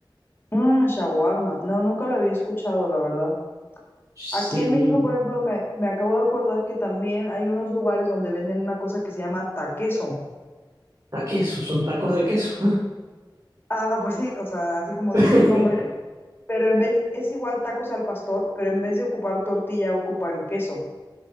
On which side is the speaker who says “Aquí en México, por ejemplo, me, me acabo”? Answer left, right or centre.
Left